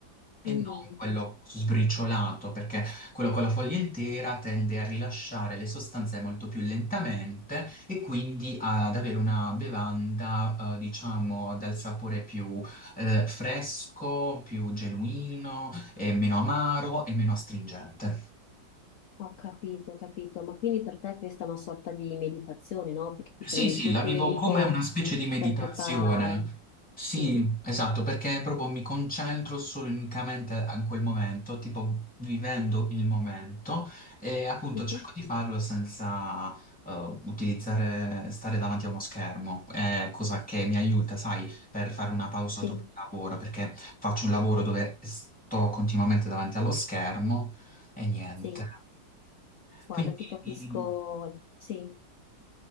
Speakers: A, on the left; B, in the centre.
A: mhm.
B: e non quello sbriciolato, perché quello con la foglia intera tende a rilasciare le sostanze molto più lentamente e quindi ad avere una bevanda, eh, diciamo, dal sapore più, eh, fresco, più genuino, e meno amaro e meno astringente.
A: Ho capito, ho capito. Ma quindi per te questa è una sorta di meditazione, no? Perché ti
B: Sì,
A: prendi
B: sì,
A: il tuo
B: la
A: tempo
B: vivo come una specie di meditazione.
A: per preparare.
B: Sì,
A: Sì,
B: esatto, perché proprio mi concentro solo e unicamente a quel momento, tipo vivendo il momento e appunto
A: mhm,
B: cerco di farlo senza eh, utilizzare, stare davanti a uno schermo. È cosa che mi aiuta, sai, per fare una pausa
A: Sì,
B: dopo il lavoro, perché faccio un lavoro dove sto continuamente davanti allo schermo e niente.
A: sì. Guarda,
B: Quindi...
A: ti capisco, sì,